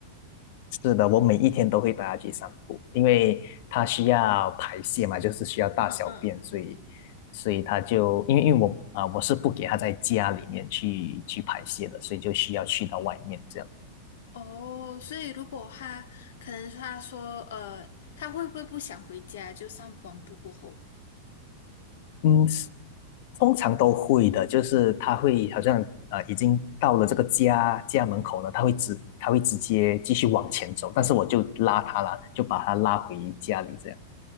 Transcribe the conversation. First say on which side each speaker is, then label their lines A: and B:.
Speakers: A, on the left; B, on the left.
A: 是的，我每一天都会带它去散步，因为它需要排泄嘛，就是需要大小便，
B: 嗯嗯，
A: 所以，所以它就因为因为我啊、我是不给它在家里面去去排泄的，所以就需要去到外面这样。
B: 哦，所以如果他可能他说呃，他会不会不想回家，就上完步过后？
A: 嗯，通常都会的，就是它会好像啊、已经到了这个家家门口呢，它会直它会直接继续往前走，但是我就拉它啦，就把它拉回家里这样。